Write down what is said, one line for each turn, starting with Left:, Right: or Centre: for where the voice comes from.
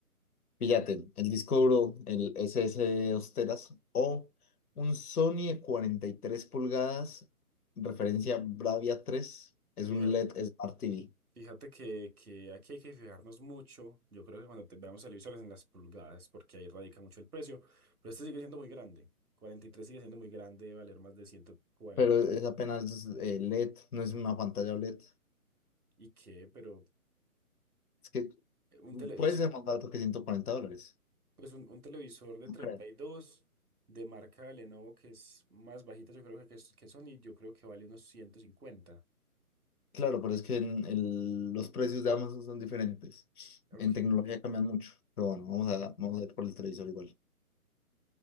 Left: Píllate, el disco duro, el S SS Osteras o un Sony de 43 pulgadas, referencia
Right: sí.
Left: Bravia tres Es
Right: Fíjate,
Left: un LED Smart TV,
Right: fíjate que, que aquí hay que fijarnos mucho. Yo creo que cuando te veamos televisores en las pulgadas, porque ahí radica mucho el precio. Pero este sigue siendo muy grande. 43 sigue siendo muy grande, debe valer más de 140.
Left: pero es apenas eh, LED, no es una pantalla LED.
Right: ¿Y qué? Pero
Left: Es que
Right: eh, un televisor,
Left: puede ser más barato que 140 dólares.
Right: pues un, un televisor de
Left: no
Right: treinta
Left: creo.
Right: y dos de marca Lenovo, que es más bajita, yo creo que, que, es- que Sony, yo creo que vale unos 150.
Left: Claro, pero es que en el- los precios de Amazon son diferentes.
Right: Ok.
Left: En tecnología cambian mucho. Pero bueno, vamos a, vamos a ir por el televisor igual.